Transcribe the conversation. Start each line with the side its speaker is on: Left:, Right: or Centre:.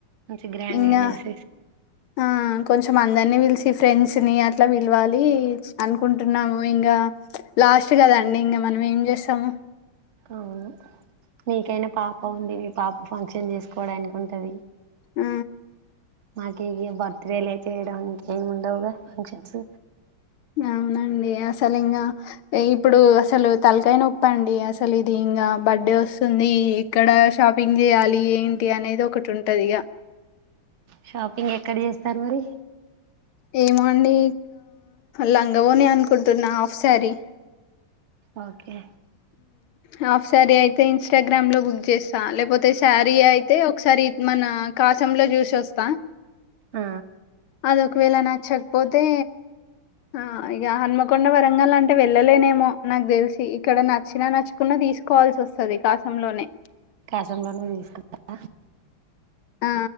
Right: మంచి గ్రాండ్గా
Left: ఇంగా
Right: చేసేసి
Left: ఆ కొంచెం అందరినీ పిలిసి ఫ్రెండ్స్ ని అట్లా విలవాలి అనుకుంటున్నాం ఇంగా లాస్ట్ కదండి ఇంకా మనం ఏం చేస్తాము
Right: అవును మీకైనా పాప ఉంది మీ పాప ఫంక్షన్ చేసుకోవడానికి ఉంటది
Left: ఆ
Right: మాకిగే బర్త్ డేలె చేయడం ఇంకేమి ఉండవుగా ఫంక్షన్స్
Left: ఆ అవునండి అసలు ఇంగా ఇప్పుడు అసలు తలకాయ నొప్పి అండి అసలు ఇది ఇంగా బర్డే వస్తుంది ది ఏక్కడ షాపింగ్ చేయాలి ఏంటి అనేది ఒకటి ఉంటది ఇగ
Right: షాపింగ్ ఎక్కడ చేస్తారు మరి
Left: ఏమో అండి లంగవోని అనుకుంటున్నా half sari
Right: okay
Left: half sari అయితే ఇన్స్టాగ్రామ్ లో బుక్ చేస్తా లేకపోతే తే శారీ అయితే ఒకసారి మన కాశంలో చూసోస్తా
Right: ఆ
Left: అదొక వేళ నచ్చకపోతే ఆ ఇగ హన్మ కొండా వరంగల్ అంటే వెళ్ళలేనేమో నాకు తెలిసి ఇక్కడ నచ్చినా నచ్చుకున్నా తీసుకోవాల్సి వస్తది కాస లోనే
Right: కాశంలోనే తీసుకుంటార
Left: ఆ